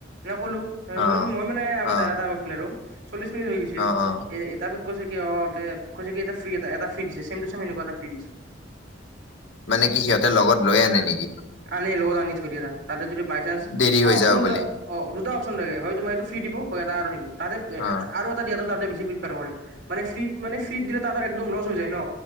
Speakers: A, on the right (about 75°); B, on the left (about 80°).
A: মই কলো
B: অ
A: ম মই মানে আমাৰ
B: অ
A: দাদা এটা কৈছিল আৰু। চল্লিশ মিনিট হৈ গৈছিল,
B: অ অ
A: এ তাৰপিছত কৈছে কি অ কৈছে কি এ ফ্ৰী এটা এটা ফ্ৰী দিছে চেম টু চেম এনেকুৱা এটা ফ্ৰী দিছে।
B: মানে কি সিহঁতে লগত লৈ আনে নেকি?
A: আনে লগত আনি থৈ দিয়ে তাতে তাতে যদি বাই চান্
B: দেৰি
A: তোমাৰ
B: হৈ
A: অপশচন
B: যাব বুলি
A: দু অ দুটা অপশচন। হয় তোমাৰ এইটো ফ্ৰি দিব হয় আৰু দিব তাহতে
B: অ
A: আৰু এটা দিয়া বেছি <unintelligible> মানে ফ্ৰী মানে ফ্ৰী দিলে তাঁহতৰ একদম লছ হৈ যায় ন।